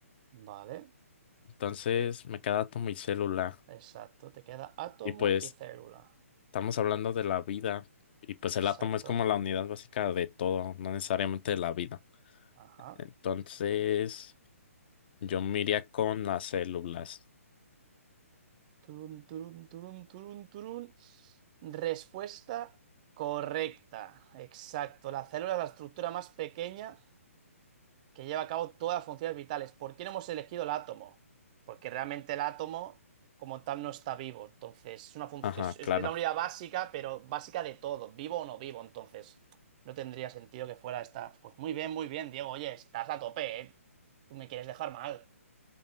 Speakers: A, on the right; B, on the left.
A: Vale.
B: Entonces me queda átomo y célula.
A: Exacto. Te queda átomo
B: Y pues
A: y célula.
B: estamos hablando de la vida. Y pues
A: Exacto.
B: el átomo es como la unidad básica de todo, no necesariamente de la vida.
A: Ajá.
B: Entonces yo me iría con las células.
A: Turun, turun, turun, turun, turun. Respuesta correcta. Exacto. La célula es la estructura más pequeña. que lleva a cabo todas las funciones vitales. ¿Por qué no hemos elegido el átomo? Porque realmente el átomo como tal no está vivo. Entonces, es una func-
B: Ajá,
A: es, es-
B: claro.
A: es la unidad básica, pero básica de todo, vivo o no vivo. Entonces, no tendría sentido que fuera esta. Pues muy bien, muy bien, Diego. Oye, estás a tope, ¿eh? Tú me quieres dejar mal.